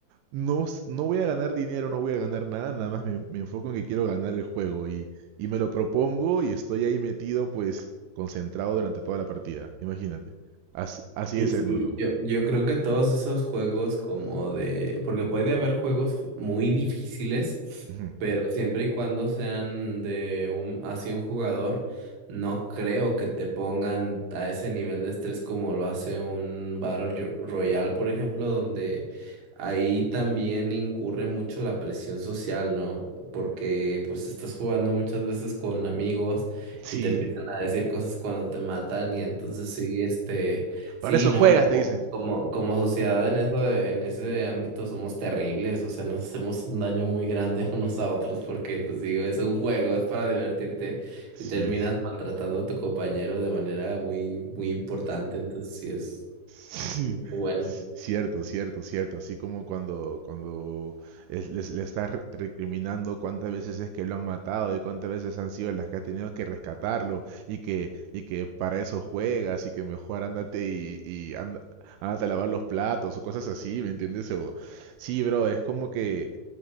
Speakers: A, on the right (about 80°); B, on the right (about 60°).
A: no, s- no voy a ganar dinero, no voy a ganar nada, nada más me, me enfoco en que quiero ganar el juego y, y me lo propongo y estoy ahí metido, pues, concentrado durante toda la partida, imagínate. Así, así
B: Y-
A: es,
B: Sí,
A: me lo tomo.
B: yo, yo creo que todos esos juegos como de, porque puede haber juegos muy difíciles,
A: Ujú.
B: pero siempre y cuando sean de un, así un jugador, no creo que te pongan a ese nivel de estrés como lo hace un Battle Yo- Royale, por ejemplo, donde ahí también incurre mucho la presión social, ¿no? Porque pues estás jugando muchas veces con amigos
A: Sí.
B: y te empiezan a decir cosas cuando te matan y entonces sí, este... Sí,
A: Para eso
B: no,
A: juegas,
B: co-
A: te dicen.
B: como, como sociedad en eso, en ese ámbito somos terribles, o sea, nos hacemos un daño muy grande <laughs> unos a otros porque, pues digo, es un juego, es para divertirte
A: Sí.
B: y terminas
A: <laughs>
B: maltratando a tu compañero de manera muy, muy importante, entonces sí es
A: Sí.
B: muy bueno.
A: C- Cierto, cierto, cierto. Así como cuando, cuando es- les- le estás re- recriminando cuántas veces es que lo han matado y cuántas veces han sido las que has tenido que rescatarlo y que, y que para eso juegas y que mejor ándate y, y anda- ándate a lavar los platos o cosas así, ¿me entiendes? O, sí, bro, es como que